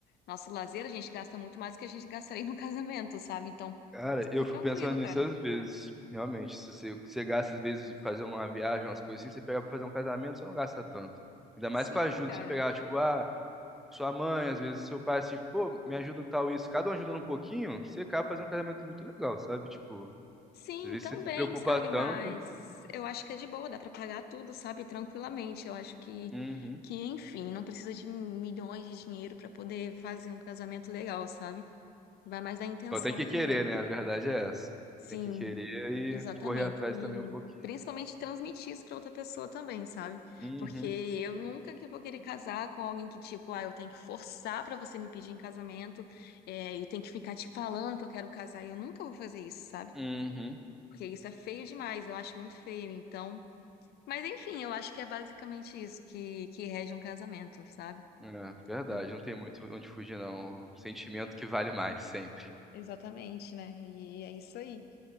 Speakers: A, on the left; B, in the centre.
A: nosso lazer a gente gasta muito mais do que a gente gastaria <laughs> no casamento, sabe? Então,
B: Cara,
A: super
B: eu fico
A: tranquilo,
B: pensando nisso
A: cara.
B: às vezes, realmente. Se você, o que você gasta, às vezes, fazer uma viagem, umas coisas assim, você pegar pra fazer um casamento, você não gasta tanto. Ainda
A: Sim,
B: mais com a ajuda,
A: cara.
B: você pegar, tipo, ah. sua mãe, às vezes seu pai, assim, tipo, pô, me ajuda em tal isso, cada um ajudando um pouquinho, você acaba fazendo um casamento muito legal, sabe? Tipo,
A: Sim,
B: às vezes
A: também,
B: você se preocupa
A: sabe?
B: tanto.
A: Mas eu acho que é de boa, dá pra pagar tudo, sabe? Tranquilamente. Eu acho que,
B: Uhum.
A: que enfim, não precisa de milhões de dinheiro pra poder fazer um casamento legal, sabe? Vai mais da intenção
B: Só tem que querer,
A: também.
B: né? A verdade é essa.
A: Sim,
B: Tem que querer e
A: exatamente.
B: correr atrás
A: E
B: também um pouquinho.
A: principalmente transmitir isso pra outra pessoa também, sabe?
B: Uhum.
A: Porque eu nunca que vou querer casar com alguém que, tipo, ah, eu tenho que forçar pra você me pedir em casamento, é, e tem que ficar te falando que eu quero casar. Eu nunca vou fazer isso, sabe?
B: Uhum.
A: Porque isso é feio demais, eu acho muito feio, então. Mas enfim, eu acho que é basicamente isso que, que rege um casamento, sabe?
B: É, verdade,
A: E-
B: não tem muito onde fugir, não. O sentimento que vale mais, sempre.
A: Exatamente, né? E é isso aí.